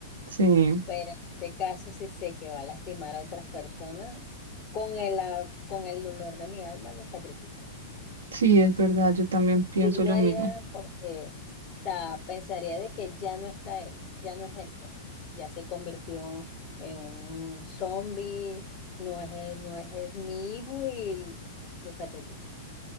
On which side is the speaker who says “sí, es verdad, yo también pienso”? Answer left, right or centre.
Right